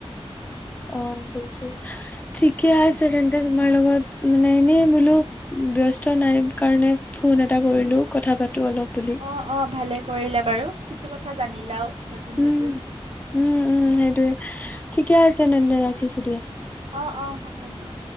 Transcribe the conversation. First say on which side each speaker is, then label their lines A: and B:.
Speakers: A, on the left; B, on the right.
A: অহ, গৈছোঁ। ঠিকে আছে তেন্তে তোমাৰ লগত মানে এনেই বোলো ব্যস্ত নাই কাৰণে ফোন এটা কৰিলোঁ কথা পাতোঁ অলপ। বুলি
B: অ', অ' ভালে কৰিলা বাৰু, কিছু কথা জানিলাও নতুন
A: উম
B: নতুন।
A: উম', উম' সেইটোৱে। ঠিকে আছে তেন্তে ৰাখিছোঁ দিয়া।
B: অহ', অহ' হ'ব দিয়া।